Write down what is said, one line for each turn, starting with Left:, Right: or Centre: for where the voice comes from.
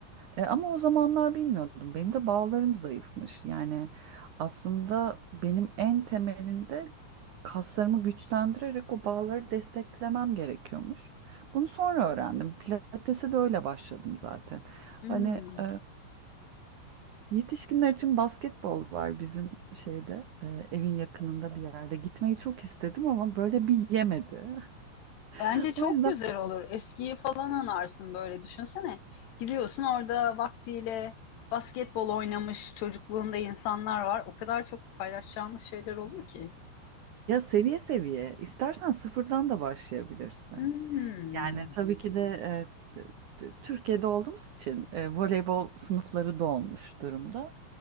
Right: Ee, ama o zamanlar bilmiyordum. Benim de bağlarım zayıfmış. Yani aslında benim en temelinde kaslarımı güçlendirerek o bağları desteklemem gerekiyormuş. Bunu sonra öğrendim. Pilates'e de öyle başladım zaten.
Left: Hmm.
Right: Hani e, yetişkinler için basketbol var bizim şeyde e, evin yakınında bir yerde. Gitmeyi çok istedim ama böyle bir yemedi. <laughs>
Left: Bence çok
Right: O yüzden
Left: güzel olur. Eskiyi falan anarsın böyle düşünsene. Gidiyorsun orada vaktiyle basketbol oynamış çocukluğunda insanlar var. O kadar çok paylaşacağınız şeyler olur ki.
Right: ya seviye seviye istersen sıfırdan da başlayabilirsin.
Left: Hmm.
Right: Yani tabii ki de e, t- t- Türkiye'de olduğumuz için e, voleybol sınıfları dolmuş durumda.